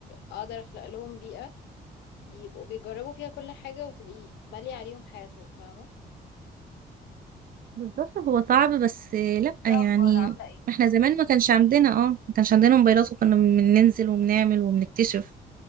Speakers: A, on the left; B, on the right.
A: اقدر اخلق لهم بيئة يبقوا بيجربوا فيها كل حاجة وتبقي مالية عليهم حياتهم فاهمة
B: بالظبط هو صعب بس لأ
A: الأخبار
B: يعني
A: عاملة ايه؟
B: احنا زمان ما كانش عندنا اه ما كانش عندنا موبايلات وكنا بننزل وبنعمل وبنكتشف